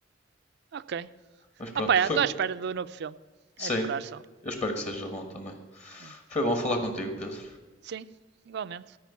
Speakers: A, on the right; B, on the left.
A: Ok.
B: Mas pronto,
A: ah Opa, estou
B: foi.
A: à espera do novo filme.
B: Sim,
A: É esperar só.
B: eu espero que seja bom também.
A: Hum.
B: Foi bom falar contigo, Pedro.
A: Sim, igualmente.